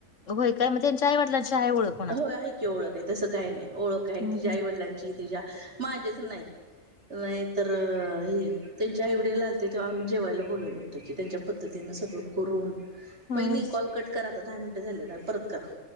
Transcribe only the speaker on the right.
होय आहे की ओळख आहे तसं काही नाही ओळख आहे
तिझ्या
आईवडिलांची तिझ्या माझ्याच नाही- नाही तर ही त्यांच्या आई वडील आलते तेव्हा आम्ही जेवायला बोलवलो होतो की. त्यांच्या तर तिनं सगळं करून, वहिनी
कॉल कट करा आता दहा मिनटं झाले आता परत करा.